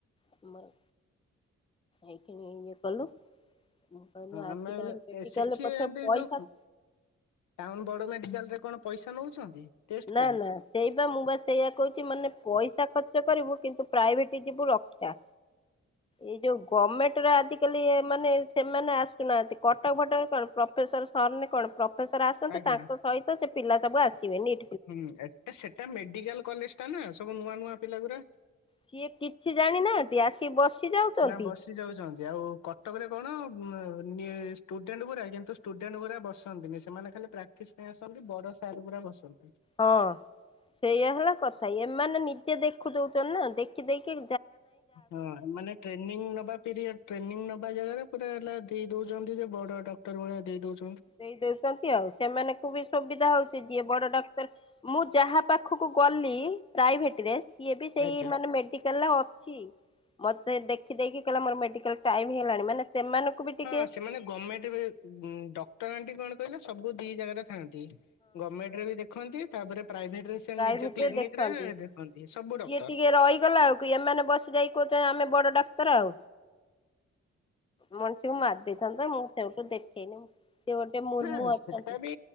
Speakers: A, on the left (about 20°); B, on the left (about 85°).
A: ଆମର ହେଇକିଣି ଇଏ କଲୁ। ମ କହିଲି ଆଜିକାଲି
B: ଆମେ
A: ମେଟିକଲ
B: ସେଠି
A: ପଛେ
B: ଏମତି
A: ପଇସା
B: ଯୋଉ ଟାଉନ ବଡମେଡିକାଲରେ କଣ ପଇସା ନଉଛନ୍ତି। ଟେଷ୍ଟ
A: ନା
B: ପାଇଁ?
A: ନା ସେଇବା ମୁଁବା ସେଇଆ କହୁଛି ମାନେ ପଇସା ଖର୍ଚ୍ଚ କରିବୁ କିନ୍ତୁ ପ୍ରାଇଭେଟି ଯିବୁ ରକ୍ଷା ଏଇଯୋଉ ଗମେଣ୍ଟର ଆଜିକାଲିଏ ମାନେ ସେମାନେ ଆସୁନାହାନ୍ତି କଟକଫଟକ କଣ। ପ୍ରଫେସର ସର ନ କଣ ପ୍ରଫେସର ଆସନ୍ତି
B: ଆଜ୍ଞା
A: ତାଙ୍କ ସହିତ ସେ ପିଲା ସବୁ ଆସିବେନି।
B: ହୁଁ ଏଟା ସେଟା ମେଡିକାଲ କଲେଜ ଟା ନା ସବୁ ନୂଆନୂଆ ପିଲାଗୁରା।
A: ସିଏ କିଛି ଜାଣିନାହାନ୍ତି ଆସିକି ବସି ଯାଉଛନ୍ତି
B: ନା ବସି ଯାଉଛନ୍ତି ଆଉ କଟକରେ କଣ ଷ୍ଟୁଡେଣ୍ଟ ଗୁରା କିନ୍ତୁ ଷ୍ଟୁଡେଣ୍ଟ ଗୁରା ବସନ୍ତିନି ସେମାନେ ଖାଲି ପ୍ରାକ୍ଟିସ୍ ପାଇଁ ଆସନ୍ତି ବର ସାର ପୁରା ବସନ୍ତୁ।
A: ହଁ ସେଇଆ ହେଲା କଥା ଏମାନେ ନିଜେ ଦେଖୁ ଦଉଛନ୍ତିନା ଦେଖିଦକି?
B: ହଁ ମାନେ ଟ୍ରେନିଂ ନବା ପିରିୟଡ ଟ୍ରେନିଂ ନବା ଜାଗାରେ ପୁରା ହେଲା ଦେଇଦଉଛନ୍ତି ଯେ ବଡଡକ୍ଟର ଭଳିଆ ଦେଇଦଉଛନ୍ତି।
A: ଦେଇଦଉଛନ୍ତି ଆଉ ସେମାନଙ୍କୁ ବି ସୁବିଧାହଉଛି ଯିଏ ବଡଡାକ୍ତର ମୁଁ ଯାହା ପାଖକୁ ଗଲି ପ୍ରାଇଭେଟିରେ ସିଏବି ସେଇ
B: ଆଜ୍ଞା।
A: ମାନେ ମେଡିକାଲରେ ଅଛି। ମତେ ଦେଖିଦେଇକି କହିଲା ମୋର ମେଡିକାଲ ଟାଇ ହେଲାଣି ମାନେ ସେମାନଙ୍କୁ ବି ଟିକେ
B: ହଁ ସେମାନେ ଗଭଣମେଣ୍ଟ ଡକ୍ଟର ଆଣ୍ଟି କଣ କହିଲେ ସବୁ ଦି ଜାଗାରେ ଗମେଣ୍ଟ ବି ଦେଖନ୍ତି ତାପରେ ପ୍ରାଇଭେଟରେ ସେ
A: ପ୍ରାଇ
B: ନିଜ
A: ଭେତିରେ
B: କ୍ଲିନିକ
A: ଦେଖନ୍ତି
B: ରେ ଦେଖନ୍ତି ସବୁ
A: ସିଏ
B: ଡକ୍ଟର।
A: ଟିକେ ରହିଗଲା ବେଳକୁ ଆଉ ଏମାନେ ବସି ଯାଇକି ତ ଆମେ ବଡ ତର ଆଉ ମଣିଷୀକୁ ମାରି ଦେଇେଇଥାନ୍ତତା ମୁଁ ସେଠୁ ଦେଖେଇନି। ସେ ଗୋଟେ ମୁର୍ମୁ
B: ନା
A: ଅଛନ୍ତି
B: ସେଟା ବି